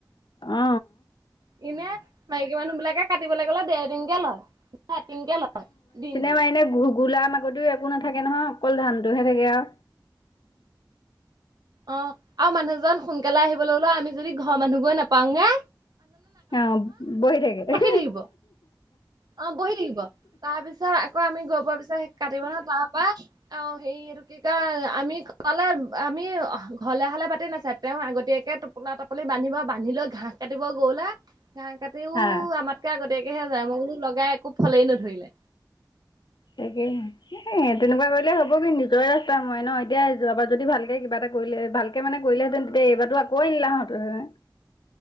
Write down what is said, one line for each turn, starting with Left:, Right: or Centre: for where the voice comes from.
Left: অ।
Right: এনে মাইকী মানুহ বিলাকে কাটিবলৈ গ'লে দেৰ দিনকে লয়। বা এটিংকে লয় দিনটোত
Left: <inaudible> আগতেও একো নাথাকে নহয় অকল ধানটোহে থাকে আৰু।
Right: অ আৰু মানুহজন সোনকালে আহিবলৈ ললেও আমি যদি ঘৰৰ মানুহ গৈ নাপাওগে
Left: অ বহি থাকে <unintelligible>
Right: থাকিব অ বহি থাকিব, তাৰ পিছত আকৌ আমি গ পোৱাৰ পিছত <unintelligible> কাটিব ন তাৰপা অ হেৰি এইটো কি কয় আমি কালে আমি ঘৰলে হলে পাতি নাচাই তেওঁ আগতীয়াকে টোপলা টোপনি বান্ধিব বান্ধি লৈ ঘাঁহ কাটিব গৰুলে <unintelligible> আৰু ঘাঁহ কাটিও
Left: হা
Right: আমাতকে আগতে হে যায় মই বোলো লগাই একো ফলেই নধৰিলে।
Left: তাকে এ তেনেকুৱা কৰিলে হ'ব কি নিজৰে ৰাস্তা ময় ন। এতিয়া যোৱাবাৰ যদি ভালকে কিবা এটা কৰিলে ভালকে মানে কৰিলেহেঁতেন তেতিয়া এইবাৰো আকৌ আহিলেহেঁতেন।